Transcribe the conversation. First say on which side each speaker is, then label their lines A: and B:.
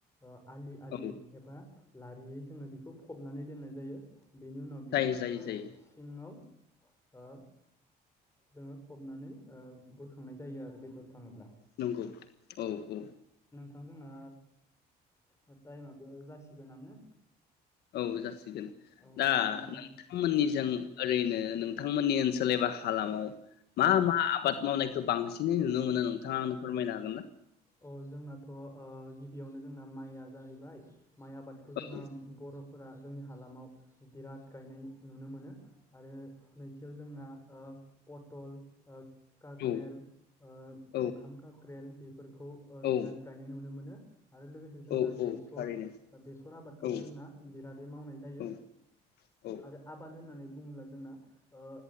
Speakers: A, on the left; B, on the left.
A: ओ आलि आलि
B: औ
A: एबा लारियै जोङो बिखौ फबनानै दोननाय जायो बेनि उनाव बियो
B: जायो जायो
A: ओ
B: जायो
A: सिङाव ओ जोङो फबनानै ओ बुरखांनाय जायो आरो बेदर थाङोब्ला
B: नोंगौ औ औ
A: थां जोंना ओ टाइमाबो जासिगोनानो
B: औ जासि गोन
A: औ
B: दा
A: नोंथां
B: नोंथांमोननिजों
A: औ
B: ओरैनो नों नोंथांमोननि ओनसोल एबा हालामाव मा
A: औ
B: मा आबाद मावनायखो बांसिनै नुनो मोनो नोंथाङा आंनो फोरमायनो हागोन ना?
A: अ' जोंनाथ' ओ गिबियावनो जोंना माइआ जाहैबाय माइ आबादखौ
B: औ
A: जोंना बर'फोरा जोंनि हालामाव बिराद गायनाय नुनो मोनो आरो नैथियाव जोंना ओ पटल ओ काक्रेल
B: औ
A: ओ
B: औ
A: ओंखाम का क्रेल बि खौ ओ
B: औ
A: बिराद गायनाय नुनो मोनो आरो लोगोसे जोंना
B: औ
A: बेसर
B: औ थारैनो
A: बेसर आबादखौबो
B: औ
A: जोंना बिरादै मावनाय जायो
B: औ औ
A: आरो आबाद होननानै बुङोब्ला जोंना ओ